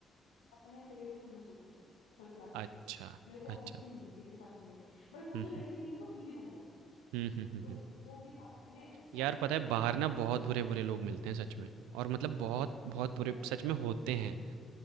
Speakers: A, on the left (about 80°); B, on the right (about 75°).
A: अपने अकेले ही रूम में सोती थी थर्ड क्लास से
B: अच्छा,
A: मेरे को आदत
B: अच्छा।
A: ही नहीं है किसी के साथ सोने की बट वो
B: हुँ,
A: जो लड़की
B: हुँ।
A: थी ना वो थी भी वाहियात
B: हुँ, हुँ, हुँ,
A: तो
B: हुँ।
A: वो भी था कि मैं एडजस्ट कर
B: यार
A: रही
B: पता
A: थी
B: है
A: बट
B: बाहर ना बहुत बुरे-बुरे लोग मिलते हैं सच में और मतलब बहुत बहुत
A: एग्जैक्टली
B: बुरे सच में होते हैं